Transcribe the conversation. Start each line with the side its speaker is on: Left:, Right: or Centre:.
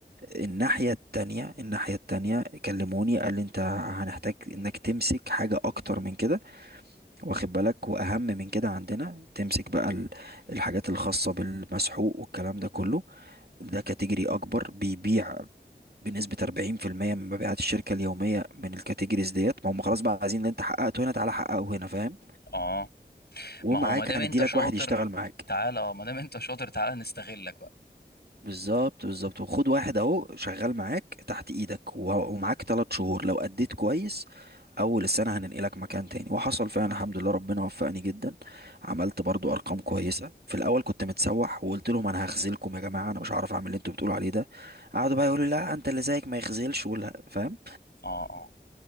Right: الناحيه التانية الناحيه التانية كلموني قال لي انت هنحتاج انك تمسك حاجه اكتر من كده واخد بالك واهم من كده عندنا تمسك بقى ال- الحاجات الخاصه بالمسحوق والكلام ده كله ده كاتيجوري اكبر بيبيع بنسبة 40% من مبيعات الشركة اليومية من الكاتيجوريز ديت ما هم خلاص بقى عايزين اللي انت حققته هنا تعالى حققه هنا فاهم
Left: اه
Right: ومعاك
Left: ما هو ما دام
Right: هندي
Left: انت
Right: لك
Left: شاطر
Right: واحد يشتغل معاك
Left: تعالى اه ما دام انت شاطر تعالى نستغلك بقى
Right: بالظبط بالظبط وخد واحد اهو شغال معاك تحت ايدك و- ومعاك ثلاث شهور لو اديت كويس اول السنة هننقلك مكان تاني وحصل فعلا الحمد لله ربنا وفقني جدا عملت برضو ارقام كويسة في الاول كنت متسوح وقلت لهم انا هخذلكم يا جماعة انا مش هعرف اعمل اللي انتوا بتقولوا عليه ده قعدوا بقى يقولوا لا انت اللي زيك ما يخذلش ولا فاهم
Left: اه اه